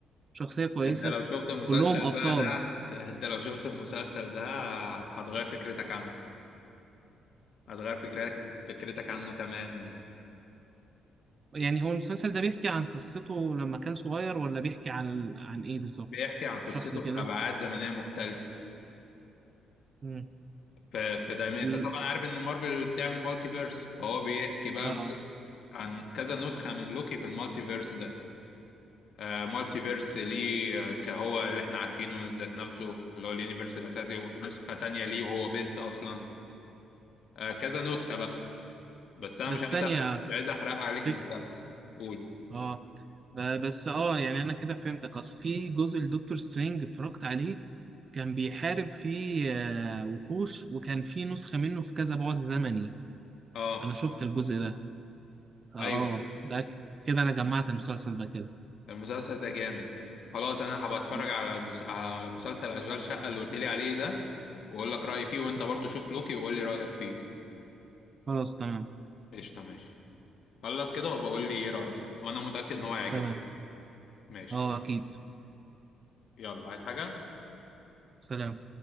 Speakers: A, on the right (about 40°); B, on the left (about 65°).
A: شخصية كويسة
B: انت لو شفت المسلسل
A: كلهم ابطال
B: بقى ده انت لو شفت المسلسل ده هتغير فكرتك عنه هتغير فكرتك فكرتك عنه تماما
A: يعني هو المسلسل ده بيحكي عن قصته لما كان صغير ولا بيحكي عن عن ايه بالظبط
B: بيحكي عن قصته
A: اشرح لي كده
B: في أبعاد زمنية مختلفة
A: مم.
B: ف- فدايما انت
A: ال...
B: طبعا عارف ان مارفل بتعمل مالتي فيرس فهو بيحكي بقى
A: اه
B: المال- عن كذا نسخة من لوكي في المالتي فيرس ده آه مالتي فيرس ليه آه، كهو اللي احنا عارفينه ذات نفسه اللي هو اليونيفرس الاساسي ونسخة تانية ليه وهو بنت اصلا آه كذا نسخة بقى بس انا
A: بس
B: مش عايز
A: ثانية
B: أ- مش عايز احرق عليك
A: فكر
B: المسلسل قول
A: اه ب- بس اه يعني انا كده فهمتك اصل في جزء لدكتور سترينج اتفرجت عليه كان بيحارب فيه آه، وحوش وكان فيه نسخة منه في كذا بعد زمني
B: اه
A: أنا شفت الجزء ده اه
B: ايوه
A: لا كده أنا جمعت المسلسل ده كده
B: المسلسل ده جامد خلاص انا هبقى اتفرج
A: م-
B: على المس... على مسلسل اشغال شقة اللي قلت لي عليه ده واقول لك رأيي فيه وانت
A: م.
B: برضو شوف لوكي وقول لي رأيك فيه
A: خلاص تمام
B: قشطة ماشي خلص كده وبقول لي ايه رأيك وانا متأكد ان هو هيعجبك
A: تمام
B: ماشي
A: اه أكيد
B: يلا عايز حاجة
A: سلام